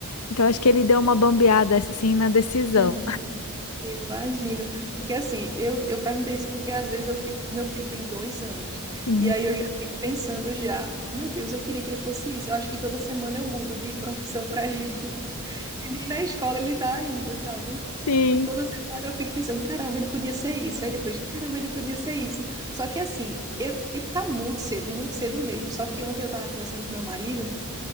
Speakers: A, on the left; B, on the right.
A: então acho que ele deu uma bambeada assim na decisão.
B: <laughs> Imagino, porque assim, eu, eu perguntei isso porque às vezes eu fico, meu filho tem dois anos,
A: Hum.
B: e aí eu já fico pensando já, meu Deus, eu queria que ele fosse isso, eu acho que toda semana eu mudo de profissão para ele. E nem na escola ele tá ainda, sabe?
A: Sim.
B: E toda semana eu fico pensando, caramba, ele podia ser isso. Aí depois, caramba, ele podia ser isso. Só que assim, eu, ele tá muito cedo, muito cedo mesmo. Só que ontem eu tava conversando com meu marido,